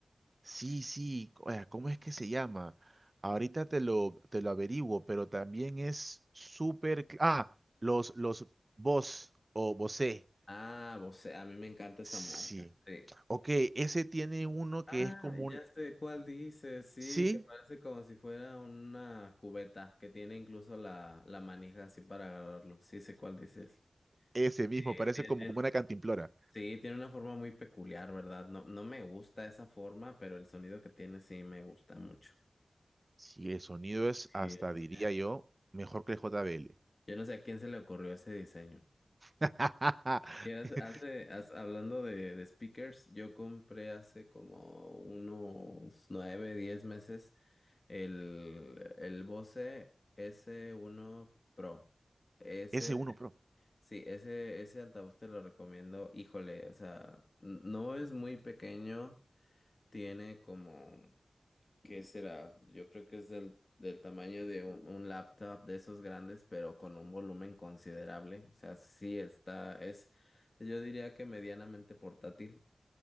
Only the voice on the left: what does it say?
Ah, Bose, a mí me encanta esa
marca. Sí.
Ah,
ya sé cuál dice, sí,
que parece como si fuera una cubeta, que tiene incluso la, la manija así para agarrarlo. Sí, sé cuál dices.
Eh,
tiene-
tiene-
sí, tiene una forma muy peculiar, ¿verdad? No, no me gusta esa forma, pero el sonido que tiene sí me gusta mucho.
Sí, yo no
sé,
yo no sé a quién se le ocurrió ese diseño.
Y hace, hace- haz- hablando de, de speakers, yo compré hace como unos nueve, diez meses el, el Bose s uno Pro. Ese,
sí, ese, ese altavoz te lo recomiendo. Híjole, o sea, n- no es muy pequeño, tiene como ¿Qué será? Yo creo que es del, del tamaño de un, un laptop de esos grandes, pero con un volumen considerable. O sea, sí está, es, yo diría que medianamente portátil.